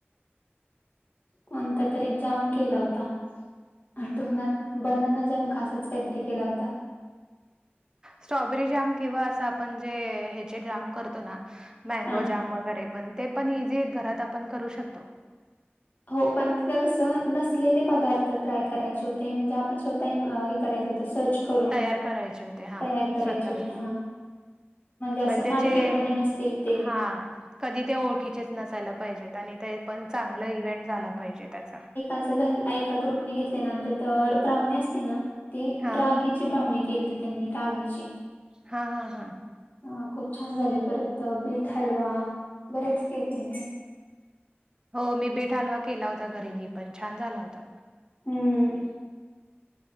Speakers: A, on the left; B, on the right.
A: कोणता तरी जाम केला होता. आठवणा आता बनाना जाम का असाच काहीतरी केला होता.
B: स्ट्रॉबेरी जाम किंवा असं आपण जे ह्याचे जाम करतो ना, मँगोजाम
A: हा
B: वगैरे पण ते पण इझीत घरात आपण करू शकतो.
A: हो पण कसं नसलेले पदार्थ ट्राय करायचे होते, म्हणजे आपण स्वतः हे करायचं होतं सर्च. करून
B: तयार करायचे होते हा
A: तयार करायचे
B: स्वतःवर.
A: होते हा असं
B: म्हणजे
A: मार्केटमध्ये
B: जे
A: नसतील ते
B: हा. कधी ते ओळखीचेच नसायला पाहिजेत आणि ते पण चांगलं इव्हेंट झाला पाहिजे त्याचा.
A: असं झाल एका ग्रुपने घेतलेला आमच्या तर ब्राऊनी असते ना, ती
B: हा
A: रागीची ब्राउनी केलती त्यांनी रागीची.
B: हा हा हा
A: अ खूप छान झाले परत बीट हलवा, बरेच काय केलते.
B: हो मी बीट हलवा केला होता घरी मी पण छान झाला होता.
A: हम्म